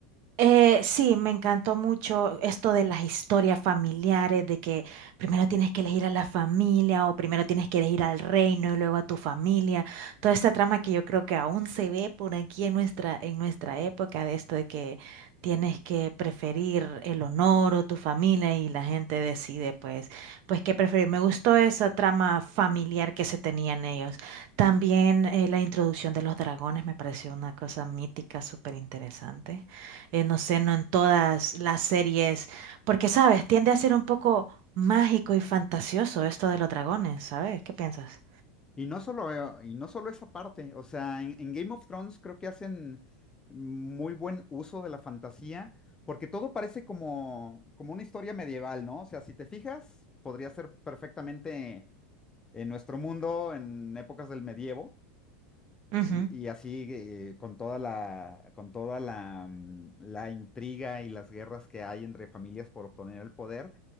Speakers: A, on the right; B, on the left.
A: Eh, sí, me encantó mucho esto de las historias familiares, de que primero tienes que elegir a la familia o primero tienes que elegir al reino y luego a tu familia. Toda esta trama que yo creo que aún se ve por aquí en nuestra, en nuestra época, de esto de que tienes que preferir el honor o tu familia y la gente decide pues, pues qué preferir. Me gustó esa trama familiar que se tenían ellos. También eh, la introducción de los dragones me pareció una cosa mítica, súper interesante eh, no sé, no en todas las series, porque, ¿sabes? Tiende a ser un poco mágico y fantasioso esto de los dragones, ¿sabes? ¿Qué piensas?
B: Y no solo, eh, y no solo esa parte, o sea, en, en Game of Thrones creo que hacen muy buen uso de la fantasía, porque todo parece como, como una historia medieval, ¿no? O sea, si te fijas, podría ser perfectamente en nuestro mundo, en épocas del medievo
A: Ujú.
B: Y, y así eh, con toda la, con toda la, mm, la intriga y las guerras que hay entre familias por obtener el poder,